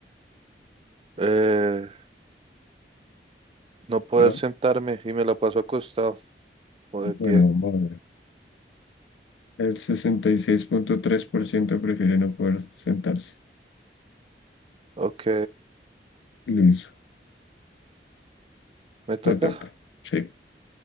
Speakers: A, on the right (about 30°); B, on the left (about 80°).
A: Eh, no poder
B: Ah,
A: sentarme y me la paso acostado o
B: bueno,
A: de pie.
B: vamos a ver. El sesenta y seis punto tres por ciento prefiere no poder sentarse.
A: Ok,
B: Listo,
A: me toca.
B: me toca. Sí.